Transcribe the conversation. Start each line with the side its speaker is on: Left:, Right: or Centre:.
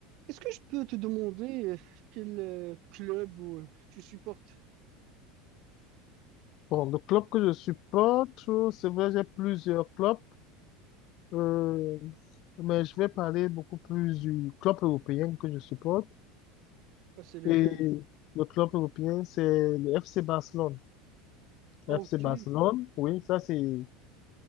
Right: Est-ce que je peux te demander euh, quel euh, club euh, tu supportes?
Left: Bon, le club que je supporte, euh, c'est vrai, j'ai plusieurs clubs, euh, mais je vais parler beaucoup plus du club européen que je supporte.
Right: Ah, c'est lequel?
Left: Et le club européen, c'est le FC Barcelone.
Right: Ah,
Left: Le FC
Right: Ok,
Left: Barcelone, oui, ça c'est le